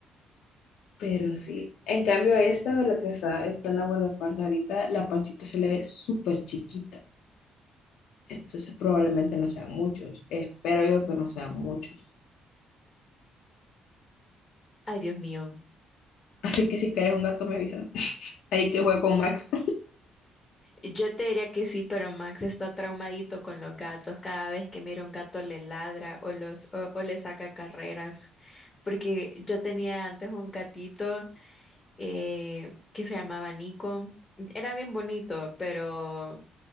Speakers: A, on the left; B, on the left.
A: Pero sí, en cambio esta, lo que está, está en la guardaparda ahorita, la pancita se le ve súper chiquita. Entonces probablemente no sean muchos. Espero yo que no sean muchos.
B: Ay, Dios mío.
A: Así que si quieres un gato me avisa. <laughs> Ahí que juego con Max.
B: Yo te diría que sí, pero Max está traumadito con los gatos. Cada vez que mira un gato le ladra o los o, o le saca carreras. Porque yo tenía antes un gatito eh, que se llamaba Nico. Era bien bonito, pero